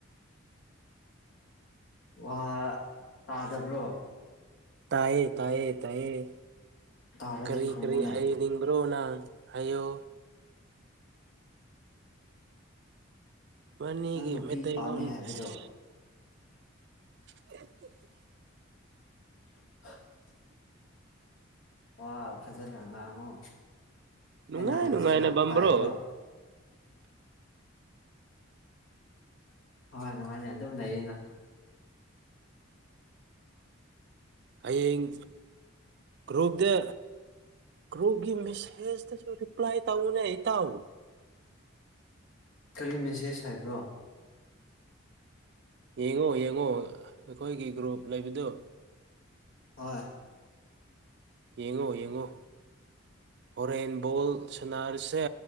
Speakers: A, on the left; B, on the right.
A: ꯋꯥ ꯇꯥꯗꯕ꯭ꯔꯣ
B: ꯇꯥꯏꯌꯦ ꯇꯥꯏꯌꯦ ꯇꯥꯏꯌꯦ
A: ꯇꯥꯔꯗꯤ
B: ꯀꯔꯤ
A: ꯈꯨꯝꯃꯨꯅꯦ
B: ꯀꯔꯤ ꯍꯥꯏꯌꯅꯤꯡ ꯕ꯭ꯔꯣꯅ ꯍꯥꯏꯌꯣ ꯕꯥꯅꯤꯒꯤ
A: ꯅꯪ ꯅꯨꯄꯤ
B: ꯃꯩꯇꯩꯂꯣꯟ
A: ꯄꯥꯝꯃꯦ ꯍꯥꯏꯕꯗꯣ
B: ꯑꯁ <unintelligible>
A: <unintelligible> ꯋꯥ ꯐꯖꯅ ꯉꯥꯡꯉꯣ
B: ꯅꯨꯡꯉꯥꯏ
A: ꯑꯩꯅ ꯍꯥꯏꯕꯖꯦ
B: ꯅꯨꯡꯉꯥꯏꯅ
A: ꯈꯥ
B: ꯕꯝꯕ꯭ꯔꯣ
A: ꯇꯥꯏꯀꯣ ꯍꯣꯏ ꯅꯨꯡꯉꯥꯏꯅ ꯑꯗꯨꯝ ꯂꯩꯌꯦꯅ
B: ꯍꯥꯌꯦꯡ ꯒ꯭ꯔꯨꯞꯇ ꯒ꯭ꯔꯨꯞꯒꯤ ꯃꯦꯁꯦꯁꯇꯁꯨ ꯔꯤꯄ꯭ꯂꯥꯏ ꯇꯧꯅꯦ ꯏꯇꯥꯎ
A: ꯀꯔꯤ ꯃꯦꯁꯦꯁ ꯍꯥꯏꯕ꯭ꯔꯣ
B: ꯌꯦꯡꯉꯣ ꯌꯦꯡꯉꯣ ꯑꯈꯣꯏꯒꯤ ꯒ꯭ꯔꯨꯞ ꯂꯩꯕꯗꯨ
A: ꯍꯣꯏ
B: ꯌꯦꯡꯉꯣ ꯌꯦꯡꯉꯣ ꯍꯣꯔꯦꯟ ꯕꯣꯜ ꯁꯥꯟꯅꯔꯁꯦ